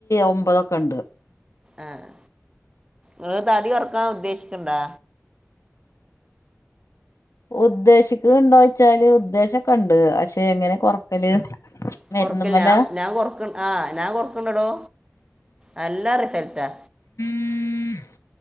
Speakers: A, on the left; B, on the right.
A: ഒമ്പതൊക്കെണ്ട്.
B: ആഹ് ങ്ങള് തടി കൊറക്കാ ഉദ്ദേശിക്കണ്ടാ
A: ഉദ്ദേശിക്ക്ണ്ടോയ്ച്ചാല് ഉദ്ദേശൊക്കണ്ട് പഷേ എങ്ങനെ കൊറക്കല്. മരുന്നുമ്മല
B: കൊറക്കില്ല ഞാം ആ ഞാം കൊറക്ണ്ട് ഞാൻ കൊറക്ണ്ടടോ നല്ല റിസൾട്ടാ.
A: മ്മ